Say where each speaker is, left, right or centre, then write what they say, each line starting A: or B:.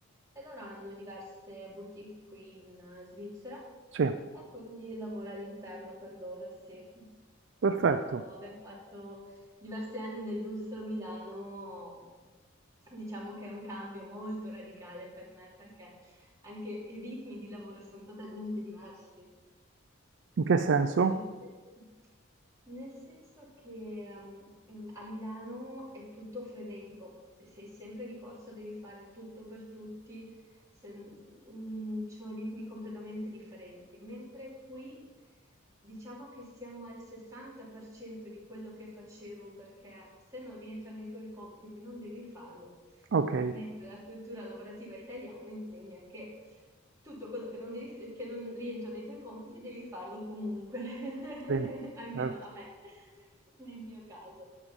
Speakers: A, on the right; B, on the right.
A: e loro hanno diverse boutique qui in eh, Svizzera
B: sì,
A: e quindi lavoro all'interno per loro, sì.
B: perfetto.
A: Dopo aver fatto diversi anni nel lusso a Milano, diciamo che è un cambio molto radicale per me perché anche i ritmi di lavoro sono totalmente diversi.
B: In che senso?
A: Quello sì. Nel senso che ehm, mh, a Milano è tutto frenetico, sei sempre di corsa, devi fare tutto per tutti, se- mh, ci sono ritmi completamente differenti, mentre qui diciamo che siamo al 60% di quello che facevo perché se non rientra nei tuoi compiti non devi farlo
B: Ok,
A: mentre la cultura lavorativa italiana insegna che tutto quello che non, devi- che non rientra nei tuoi compiti devi farlo comunque, <laughs>
B: sì,
A: almeno
B: certo,
A: a me, nel mio caso.